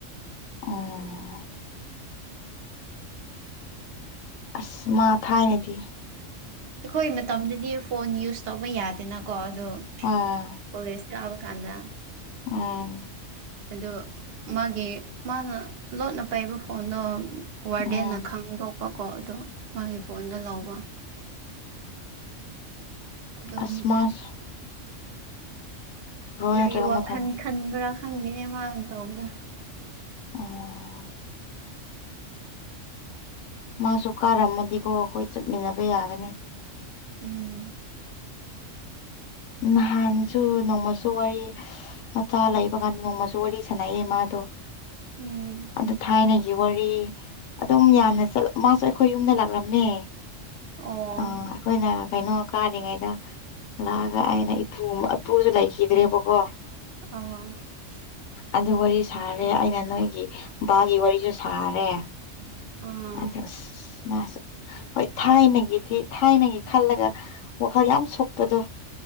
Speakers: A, on the left; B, on the right.
A: ꯑꯣꯝ ꯑꯁ ꯃꯥ ꯊꯥꯏꯅꯦꯗꯤ
B: ꯑꯩꯈꯣꯏ ꯃꯇꯝꯗꯗꯤ ꯐꯣꯟ ꯌꯨꯁ ꯇꯧꯕ ꯌꯥꯗꯦꯅꯀꯣ ꯑꯗꯣ
A: ꯑꯥ
B: ꯀꯣꯂꯦꯖ ꯄꯥꯕ ꯈꯥꯟꯗ
A: ꯎꯝ
B: ꯑꯗꯨ ꯃꯥꯒꯤ ꯃꯥꯅ ꯂꯣꯠꯅ ꯄꯥꯏꯕ ꯐꯣꯟꯗꯣ ꯋꯥꯔꯗꯦꯟꯅ
A: ꯎꯝ
B: ꯈꯪꯗꯣꯛꯄꯀꯣ ꯑꯣ ꯃꯥꯒꯤ ꯐꯣꯟꯗ ꯂꯧꯕ ꯑꯗꯨꯝ
A: ꯑꯁꯃꯁ
B: ꯀꯔꯤ
A: ꯅꯠꯇ꯭ꯔꯒ
B: ꯋꯥꯈꯜ
A: ꯃꯊꯟ
B: ꯈꯟꯕ꯭ꯔꯥ ꯈꯪꯗꯦꯅꯦ ꯃꯥꯅ ꯇꯧꯕꯗ
A: ꯑꯣ ꯃꯥꯁꯨ ꯀꯥꯔꯝꯃꯗꯤꯀꯣ ꯑꯩꯈꯣꯏ ꯆꯠꯃꯤꯟꯅꯕ ꯌꯥꯒꯅꯤ
B: ꯎꯝ
A: ꯅꯍꯥꯟꯁꯨ ꯅꯣꯡꯃꯁꯨ ꯋꯥꯔꯤ ꯃꯆꯥ ꯂꯩꯕ ꯀꯥꯟꯗ ꯅꯣꯡꯃꯁꯨ ꯋꯥꯔꯤ ꯁꯥꯟꯅꯩꯑꯌꯦ ꯃꯥꯗ
B: ꯎꯝ
A: ꯑꯗꯨ ꯊꯥꯏꯅ ꯋꯥꯔꯤ ꯑꯗꯨꯝ ꯌꯥꯝꯅ ꯃꯥꯁꯨ ꯑꯩꯈꯣꯏ ꯌꯨꯝꯗ ꯂꯥꯛꯂꯝꯃꯦ
B: ꯑꯣ
A: ꯑꯥ ꯑꯩꯈꯣꯏꯅ ꯀꯩꯅꯣ ꯀꯥꯔꯤꯉꯩꯗ ꯂꯥꯛꯑꯒ ꯑꯩꯅ ꯏꯄꯨ ꯏꯄꯨꯁꯨ ꯂꯩꯈꯤꯗ꯭ꯔꯦꯕꯀꯣ
B: ꯑ
A: ꯑꯗꯨ ꯋꯥꯔꯤ ꯁꯥꯔꯦ ꯑꯩꯅ ꯅꯣꯏꯒꯤ ꯕꯥꯒꯤ ꯋꯥꯔꯤꯁꯨ ꯁꯥꯔꯦ
B: ꯑꯥ
A: ꯑꯆꯥ ꯃꯥꯁꯨ ꯍꯣꯏ ꯊꯥꯏꯅꯒꯤꯗꯤ ꯊꯥꯏꯅꯒꯤ ꯈꯜꯂꯒ ꯋꯥꯈꯜ ꯌꯥꯝ ꯁꯣꯛꯄꯗꯣ